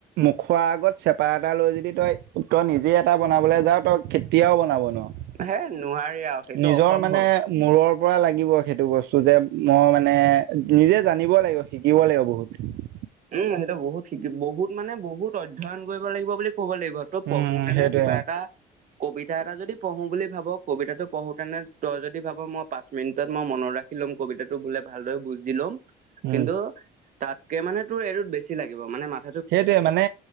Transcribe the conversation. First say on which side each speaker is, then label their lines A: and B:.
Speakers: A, on the right (about 75°); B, on the right (about 50°).
A: মোখোৱাৰ আগত চেপা এটা লৈ যদি তই উ তই নিজেই এটা বনাবলৈ যাওঁ তই কেতিয়াও বনাব নোৱাৰ।
B: হে নোৱাৰি আৰু। সেইটো
A: নিজৰ
B: অসম্ভৱ
A: মানে মূৰৰ পৰা লাগিব সেইটো বস্তু যে মই মানে নিজে জানিব লাগিব শিকিব লাগিব বহুত।
B: উম, সেইটো বহুত শি বহুত মানে বহুত অধ্যায়ন কৰিব লাগিব বুলি ক'ব লাগিব। ত
A: উম
B: পঢ়োতেনে
A: সেইটোৱে
B: কিবা এটা কবিতা এটা যদি পঢ়োঁ বুলি ভাব কবিতাটো পঢ়োঁতেনে তই যদি ভাব মই পাঁচ মিনিটত মই মনত ৰাখিম লিখি ল'ম কবিতাটো বোলে ভালদৰে বুজি ল'ম,
A: উম
B: কিন্তু তাতকে মানে তোৰ এইটোত বেছি লাগিব মানে মাত
A: সেইটোৱে মানে